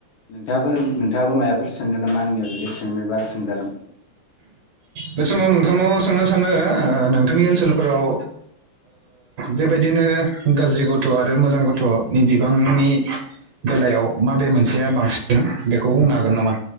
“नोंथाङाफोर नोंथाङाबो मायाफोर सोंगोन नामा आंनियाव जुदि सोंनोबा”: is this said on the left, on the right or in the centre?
Left